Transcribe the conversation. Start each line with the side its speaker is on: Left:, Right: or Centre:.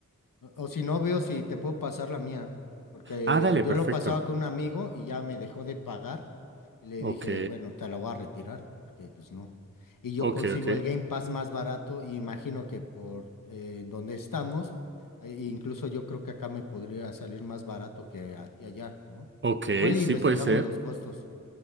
Left: O, o si no, veo si te puedo pasar la mía, porque
Right: Ah, dale,
Left: yo
Right: perfecto.
Left: lo pasaba con un amigo y ya me dejó de pagar y le
Right: Ok,
Left: dije, bueno, te la voy a retirar, porque pues no. Y yo
Right: ok,
Left: consigo
Right: ok.
Left: el Game Pass más barato y imagino que por eh, donde estamos, eh, incluso yo creo que acá me podría salir más barato que a ti allá, ¿no?
Right: Ok,
Left: Igual
Right: sí
Left: y investigamos
Right: puede ser.
Left: los costos,